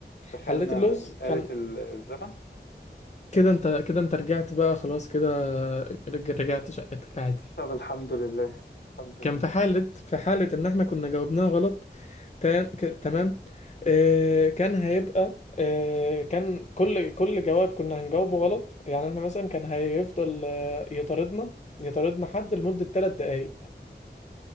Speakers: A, on the left; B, on the left.
A: دخلنا
B: حليت اللغز
A: آلة
B: كان
A: الزمن
B: كده انت كده انت رجعت بقى خلاص كده رج- رجعت شقتك عادي
A: طب الحمد لله الحمد
B: كان
A: لله
B: في حالة في حالة إن إحنا كنا جاوبناها غلط تا- ك- تمام آه كان هيبقى آه كان كل كل جواب كنا هنجاوبه غلط يعني إحنا مثلا كان هيفضل آه يطاردنا يطاردنا حد لمدة ثلاث دقايق